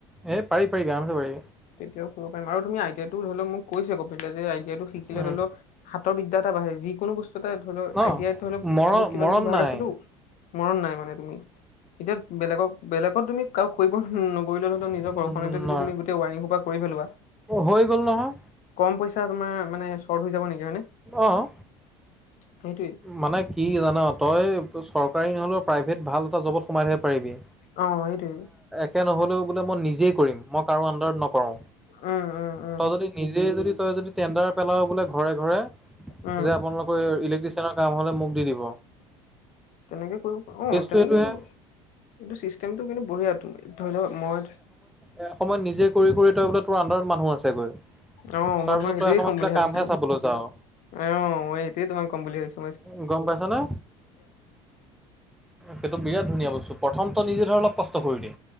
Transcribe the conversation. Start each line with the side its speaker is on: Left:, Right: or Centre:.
Centre: এই পাৰি পাৰি আমে পাৰি।
Left: তেতিয়াও কৰিব পাৰিম আৰু তুমি আইডিয়াটো ধৰি লও মোক কৈছে কপা যে আইডিয়াটো শিকিলে
Centre: উম
Left: ধৰি লও। বিদ্যা বাঢ়ে যিকোনো বস্তু ধৰি ল
Centre: অ
Left: আইটিই ধৰি লও
Centre: মৰণ
Left: বহুত কিবা,
Centre: মৰণ
Left: কিবি ভাগ
Centre: নাই
Left: আছেতো মনট নাই মানে তুমি এতিয়া বেলেগক, বেলেগত তুমি কৰিব নকৰিলে ধৰি লও
Centre: উম
Left: নিজৰ ঘৰ্ষণাতে যদি
Centre: ন
Left: তুমি <unintelligible> খোপা কৰি পেলোৱা,
Centre: হৈ গ'ল নহয়
Left: কম পইছা তোমাৰ মানে হৈ যাব নেকি হয়নে।
Centre: অ
Left: সেইটোৱে
Centre: মানে কি জানা তই চৰকাৰী নহ'লে প্ৰাইভেট ভাল এটা জবত সোমাই থৈব পাৰিবি।
Left: অ, এইটোৱে।
Centre: তে নহ'লেও বোলে মই নিজেই কৰিম মই কাৰো আডাৰত নকৰো
Left: উম উম উম
Centre: তই যদি নিজে যদি তই যদি টেন্দাৰ পেলাৱ বোলে ঘৰে ঘৰে,
Left: উম
Centre: যে আপোনালোকৰ ইলে কাম হলে মোক দি দিব।
Left: তেনেকে কৰিব উ,
Centre: কেছটো
Left: তেনেকেই
Centre: এইটোহে
Left: এইটো চিষ্টেমটো কিন্তু বঢ়িয়া ত ধৰি লও মই
Centre: এ, সময়ত নিজে কৰি, কৰি তই বোলে তোৰ আন্ধাৰত মানুহ আছেগৈ।
Left: অ,
Centre: তাৰপিছত
Left: মই তোমাক সেইটোয়ে
Centre: তই এসময়ত
Left: ক'ম
Centre: বোলে
Left: বুলি ভাবিছিলো
Centre: কামহে চাবলৈ যাওঁ
Left: অ', অ', মই এইটোয়ে তোমাক ক'ম বুলি ভাবিছিলো।
Centre: উ, গম পাইছ নে সেইটো বিৰাট ধুনীয়া বস্তু প্ৰথম ত নিজে ধৰ অলপ কষ্ট কৰি দি।